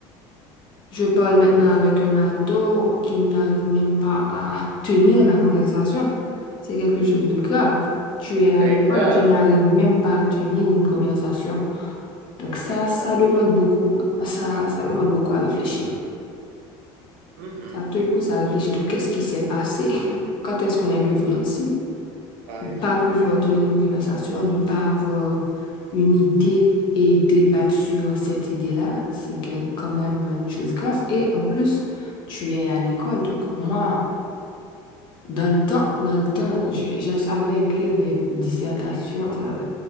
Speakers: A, on the left; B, on the right.
A: je parle maintenant avec un ado qui n'arrive même pas à tenir la conversation. C'est quelque chose de grave. Tu es
B: Très
A: à l'école
B: grave,
A: et tu n'arrives même pas à tenir une conversation. Donc
B: très très
A: ça,
B: grave.
A: ça demande beaucoup, ça, ça demande beaucoup à réfléchir.
B: Mhm.
A: Ça te pousse à réfléchir de qu'est-ce qui s'est passé? <laughs> Quand est-ce qu'on est devenu ainsi?
B: On ne
A: ne pas
B: lit plus.
A: pouvoir tenir une conversation, ne pas avoir une idée et débattre sur cette idée-là, c'est quel- quand même une chose grave. Et en plus, tu es à l'école. Donc, moi, dans le temps, dans le temps, je, je savais écrire des dissertations, euh,